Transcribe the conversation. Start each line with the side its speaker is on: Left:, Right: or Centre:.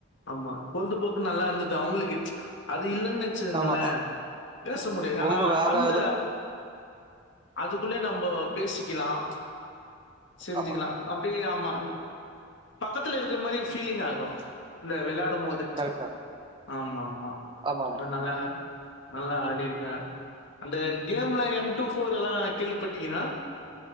Left: ஆமா பொழுதுபோக்கு நல்லா இருந்தது அவுங்களுக்கு அது இல்லன்னு <unintelligible>
Right: ஆமா
Left: பேச முடியாது
Right: ரொம்ப
Left: ஆனா
Right: வேற
Left: அந்த
Right: ஏதோ
Left: அதுக்குள்ள நம்போ பேசிக் லாம் செஞ்சிக்கலா
Right: ஆமா
Left: அப்டியே ஆமா பக்கத்துல இருக்கிற மரி ஃபீலிங் ஆகும் இந்த வெள்ளா போது ப்ச்
Right: கரெக்டா
Left: ஆமா ஆமா
Right: ஆமா ஆமா
Left: அதனாலா நல்லா ஆடிருக்கே அந்த கேம்ல எம் டூ ஃபோர் எல்லா கேள்விப்பட்டீன்னா